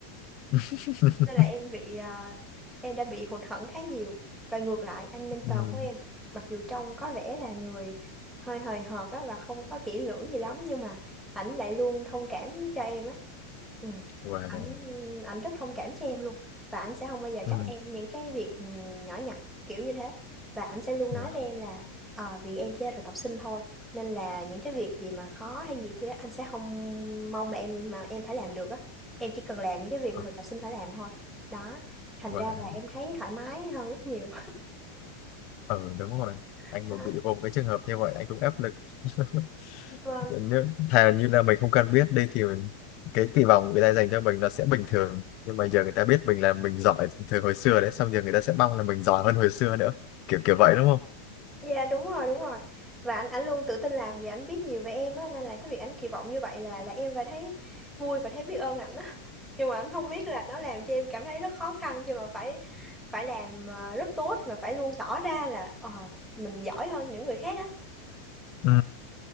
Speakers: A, on the left; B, in the centre.
A: <laughs>
B: nên là em bị à, em đã bị hụt hẫng khá nhiều và ngược lại anh mentor
A: ừ
B: của em mặc dù trông có vẻ là người hơi hời hợt á và không có kỹ lưỡng gì lắm nhưng mà ảnh lại luôn thông cảm cho em ấy ừ.
A: wow
B: ảnh ảnh rất thông cảm cho em luôn và ảnh sẽ không bao giờ
A: ừ
B: trách em những cái việc ừ, nhỏ nhặt kiểu như thế và ảnh sẽ luôn nói
A: wow
B: với em là ờ, vì em chỉ là thực tập sinh thôi nên là những cái việc gì mà khó hay gì kia anh sẽ không mong là em mà em phải làm được á em chỉ cần làm những cái việc
A: ờ,
B: mà thực tập sinh phải làm thôi đó thành
A: wow
B: ra là em thấy thoải mái hơn rất nhiều
A: ừ đúng rồi
B: <laughs>
A: anh mà
B: đó.
A: bị gồm cái trường hợp như vậy anh cũng áp lực <laughs>
B: vâng
A: nếu thà như là mình không cần biết đi thì cái kỳ vọng người ta dành cho mình nó sẽ bình thường nhưng mà giờ người ta biết mình là mình giỏi từ hồi xưa đấy xong giờ người ta sẽ mong là mình giỏi hơn hồi xưa nữa kiểu kiểu vậy đúng không
B: dạ đúng rồi đúng rồi và anh ảnh luôn tự tin làm vì ảnh biết nhiều về em á nên là cái việc ảnh kỳ vọng như vậy là là em phải thấy vui và thấy biết ơn ảnh á <laughs> nhưng mà ảnh không biết là nó làm cho em cảm thấy rất khó khăn khi mà phải phải làm ờ, rất tốt và phải luôn tỏ ra là ờ, mình giỏi hơn những người khác á
A: ừ,